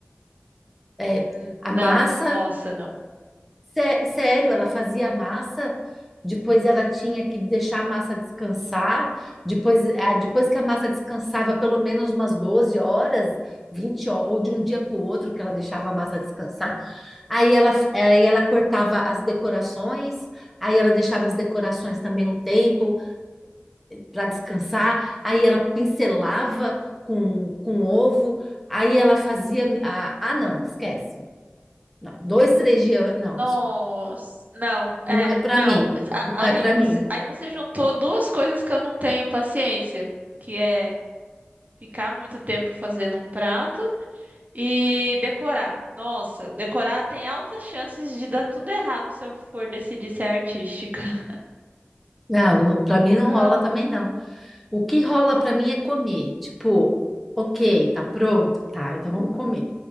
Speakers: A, in the centre; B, on the right.
A: É,
B: n-
A: a
B: não,
A: massa,
B: nossa, não.
A: sé- sério, ela fazia a massa, depois ela tinha que deixar a massa descansar, depois, ah, depois que a massa descansava pelo menos umas 12 horas, 20 horas, ou de um dia para o outro que ela deixava a massa descansar, Aí ela, aí ela cortava as decorações, aí ela deixava as decorações também um tempo para descansar, aí ela pincelava com, com ovo, aí ela fazia. Ah, ah, não, esquece. Não, dois, três dias. Não,
B: Nossa, não, é,
A: não é para
B: não.
A: mim.
B: A-
A: Não é
B: Aí
A: para
B: você,
A: mim.
B: aí você juntou duas coisas que eu não tenho paciência, que é Ficar muito tempo fazendo um prato e decorar. Nossa, decorar tem altas chances de dar tudo errado se eu for decidir ser artística. <laughs>
A: Não, para mim não
B: Ah,
A: rola também não. O que rola para mim é comer. Tipo, ok, tá pronto? Tá, então vamos comer.